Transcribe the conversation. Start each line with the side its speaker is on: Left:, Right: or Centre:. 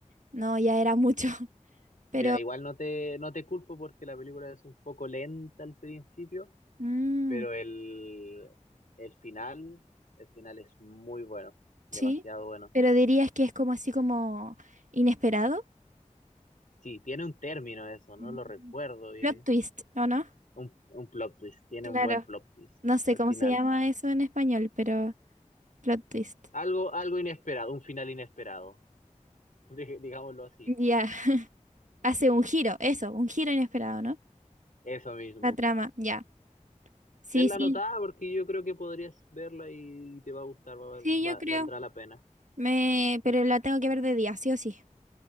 Right: no, ya era mucho. <laughs> Pero,
Left: Mira, igual no te, no te culpo porque la película es un poco lenta al principio,
Right: mm,
Left: pero el, el final, el final es muy bueno, demasiado
Right: sí,
Left: bueno.
Right: pero dirías que es como así como inesperado.
Left: Sí, tiene un término eso, no
Right: Mm.
Left: lo recuerdo bien.
Right: Plot twist, ¿o no?
Left: un, un plot twist, tiene
Right: Claro.
Left: un buen plot twist
Right: No sé
Left: al
Right: cómo
Left: final.
Right: se llama eso en español, pero plot twist.
Left: Algo, algo inesperado, un final inesperado, <laughs> di- digámoslo así.
Right: Ya, hace un giro, eso, un giro inesperado, ¿no?
Left: Eso mismo.
Right: La trama, ya. Sí,
Left: Tenla
Right: sí,
Left: anotada porque yo creo que podrías verla y te va a gustar, va- a val-
Right: sí,
Left: va-
Right: yo creo.
Left: valdrá la pena.
Right: Me, pero
Left: Y-
Right: la tengo que ver de día, sí o sí,